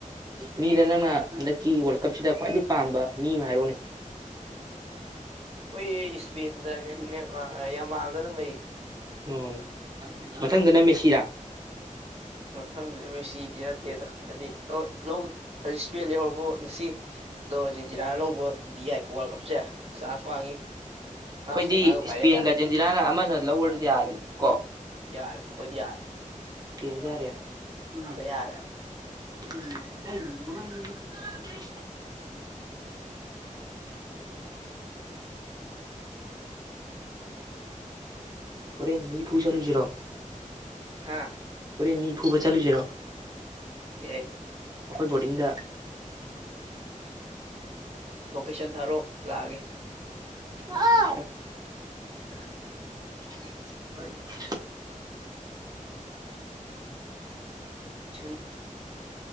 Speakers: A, on the right; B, on the right.
A: ꯃꯤꯗ ꯅꯪꯅ ꯍꯟꯗꯛꯀꯤ ꯋꯥꯔꯜ ꯀꯞꯁꯤꯗ ꯈ꯭ꯋꯥꯏꯗꯩ ꯄꯥꯝꯕ ꯃꯤ ꯑꯃ ꯍꯥꯏꯔꯛꯎꯅꯦ
B: ꯍꯣꯢ ꯑꯩ ꯏꯁꯄꯦꯟꯒ ꯅꯦꯃꯥꯔ ꯌꯥꯃꯥꯜꯗ ꯑꯗꯨꯝ ꯂꯩꯌꯦ
A: ꯑꯣ ꯃꯊꯪꯗꯅ ꯃꯦꯁꯤꯔꯥ
B: ꯃꯊꯪꯗꯗꯣ ꯃꯦꯁꯤ ꯅꯠꯇꯦꯗ ꯍꯥꯏꯗꯤ ꯂꯧꯁ ꯁꯄꯦꯟ ꯂꯩꯍꯧꯔꯕꯣ ꯉꯁꯤ ꯑꯗꯣ ꯑꯔꯖꯦꯟꯇꯤꯅꯥꯅ ꯂꯧꯕꯕꯨꯗꯤ ꯌꯥꯏ ꯋꯥꯔꯜ ꯀꯞꯁꯦ ꯆꯥꯟꯁ ꯋꯥꯡꯉꯤ ꯐ꯭ꯔꯥꯟꯁꯀ
A: ꯑꯩꯈꯣꯏꯗꯤ
B: ꯃꯥꯒ ꯐꯥꯏꯅꯦꯜ
A: ꯏꯁꯄꯦꯟ
B: ꯇꯥꯔꯛꯀꯅꯤ
A: ꯑꯥꯔꯖꯦꯟꯇꯤꯅꯥꯅ ꯑꯃꯅ ꯂꯧꯔꯗꯤ ꯌꯥꯔꯦꯗ ꯀꯣ
B: ꯌꯥꯔꯦ ꯑꯩꯈꯣꯏꯗꯤ ꯌꯥꯔꯦ
A: ꯄꯟꯖꯔꯦꯕ ꯎꯝ
B: ꯑꯝꯇ ꯌꯥꯔꯦ
A: <unintelligible> ꯍꯣꯔꯦꯟ ꯃꯤ ꯄꯨ ꯆꯠꯂꯨꯁꯤꯔꯣ
B: ꯍꯥꯥ
A: ꯍꯣꯔꯦꯟ ꯃꯤ ꯐꯨꯕ ꯆꯠꯂꯨꯁꯤꯔꯣ
B: ꯌꯥꯏ
A: ꯑꯩꯈꯣꯏ ꯕꯣꯔꯗꯤꯡꯗ
B: ꯂꯣꯀꯦꯁꯟ ꯊꯥꯔꯛꯑꯣ ꯂꯥꯛꯑꯒꯦ
A: ꯂꯥꯛꯑꯣ
B: <unintelligible>
A: <inaudible>
B: ꯇꯨꯏꯁꯟ